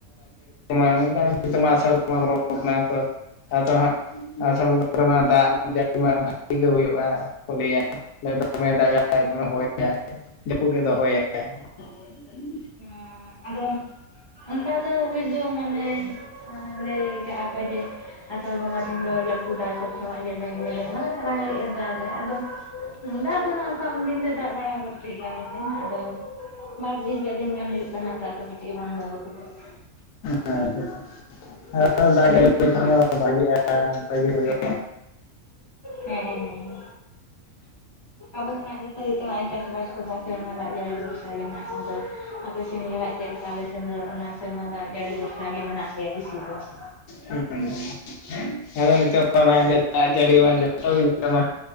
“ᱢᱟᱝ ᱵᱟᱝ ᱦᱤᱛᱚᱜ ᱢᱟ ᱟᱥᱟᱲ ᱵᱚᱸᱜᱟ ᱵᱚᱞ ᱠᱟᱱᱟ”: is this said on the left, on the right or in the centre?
Left